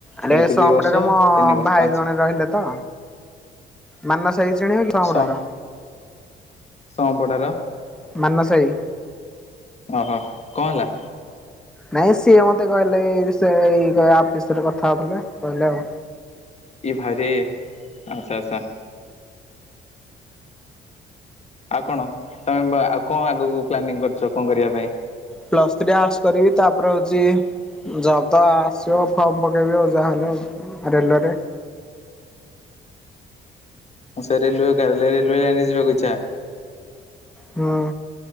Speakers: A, in the centre; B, on the left.
A: ଆରେ
B: ଏଇଠି
A: ସମ୍ପଡ଼ା
B: ଦି ବର୍ଷ
A: ରେ ମୋ
B: ତିନି ବର୍ଷ
A: ଭାଇ
B: ପାଞ୍ଚ
A: ଜଣେ ରହିଲେ ତ। ମାନସ। ସେଇ ସିନି ସମ୍ପଡା
B: ସ
A: ର।
B: ସଂପଡାର
A: ମାନସ ଭାଇ।
B: ଓହୋ କଣ ହେଲା?
A: ନାଇଁ ସିଏ ମତେ କହିଲେ ଏଇ ଏଇ ଆପ ବିଷୟରେ କଥା ହଉଥିଲେ କହିଲେ ଆଉ।
B: ଏଇ ଭାଇରେ ଆଚ୍ଛା ଆଛା । ଆଉ କଣ ତମେ ଆଉ କଣ ଆଗକୁ ପ୍ଲାନିଂ କରୁଛ କଣ କରିବା ପାଇଁ।
A: ପଲାସ ଥିରୀ ଆର୍ଟ କରିବି ତାପରେ ହଉଛି ଜବ ତ ଆସିବ ଫର୍ମ ପକେଇବି ଆଉ ଯାହାହଲେ ରେଲୱେ ରେ।
B: ହଁ ସେ ରେଲୱେ କାର ରେଲୱେ ଲାଇନ ଯିବାକୁ ଇଛା।
A: ହୁଁ